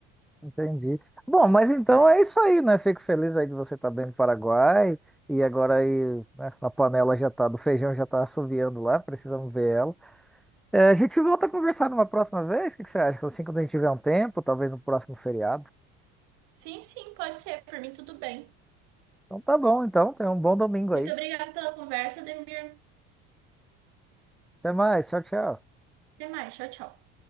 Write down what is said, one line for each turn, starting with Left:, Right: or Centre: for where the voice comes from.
Centre: Entendi. Bom, mas então é isso aí, né? Fico feliz aí de você estar bem no Paraguai. E agora aí, né, a panela já tá, do feijão já tá assoviando lá, precisamos ver ela. É, a gente volta a conversar numa próxima vez, o que que você acha? Assim, quando a gente tiver um tempo, talvez no próximo feriado.
Right: Sim, sim, pode ser, por mim tudo bem.
Centre: Então tá bom, então, tenha um bom domingo
Right: Muito
Centre: aí.
Right: obrigada pela conversa, Demir.
Centre: Até mais, tchau, tchau.
Right: Até mais, tchau, tchau.